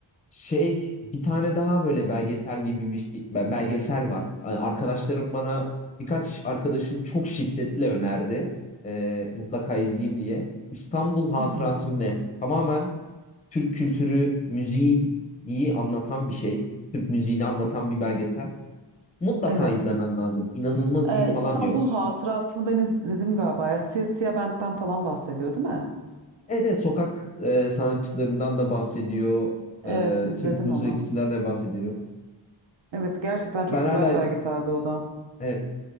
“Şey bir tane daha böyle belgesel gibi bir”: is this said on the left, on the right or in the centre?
Left